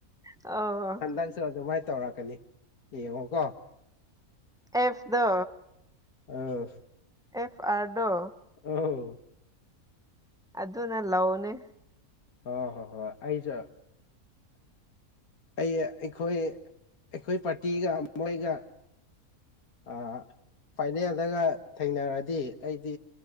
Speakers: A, in the centre; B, on the left.
A: ꯑꯣ
B: ꯍꯟꯗꯛ ꯑꯁꯨ ꯗꯨꯃꯥꯏꯅ ꯇꯧꯔꯛꯀꯅꯤ ꯌꯦꯡꯉꯣꯀꯣ
A: ꯑꯦꯐꯗꯨ
B: ꯑꯧ
A: ꯑꯦꯐ ꯑꯥꯔ ꯗꯣ
B: ꯑꯧ
A: ꯗꯨ ꯅ ꯂꯧꯅꯤ
B: ꯑ ꯍꯣꯏ ꯍꯣꯏ ꯍꯣꯏ ꯑꯩꯁꯨ ꯑꯩ ꯑꯩꯈꯣꯏ ꯑꯩꯈꯣꯏ ꯄꯥꯔꯇꯤꯒ ꯃꯣꯏꯒ ꯑ ꯐꯥꯏꯅꯦꯜꯗꯒ ꯊꯦꯡꯅꯔꯗꯤ ꯑꯩꯗꯤ